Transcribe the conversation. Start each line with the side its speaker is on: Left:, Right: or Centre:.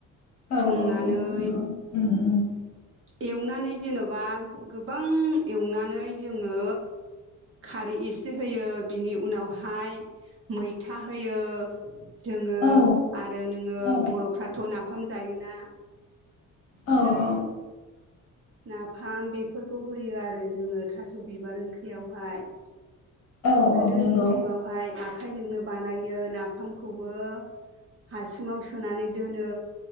Left: औ
Right: संनानै
Left: औ औ नंगौ उम उम
Right: एवनानै जेन'बा गोबां एवनानै जोङो खारै एसे होयो बिनि उनावहाय मैथा होयो। जोङो
Left: औ
Right: आरो नोङो
Left: औ
Right: बर'फ्राथ' नाफाम जायोना।
Left: औ
Right: हेल'
Left: औ
Right: नाफाम बेफोरखौ होयो आरो जोङो थास' बिबार ओंख्रियावहाय
Left: औ
Right: गोदोनि
Left: औ नंगौ
Right: जुगावहाय आखाइजोंनो बानायो नाफामखौबो हासुङाव सोनानै दोनो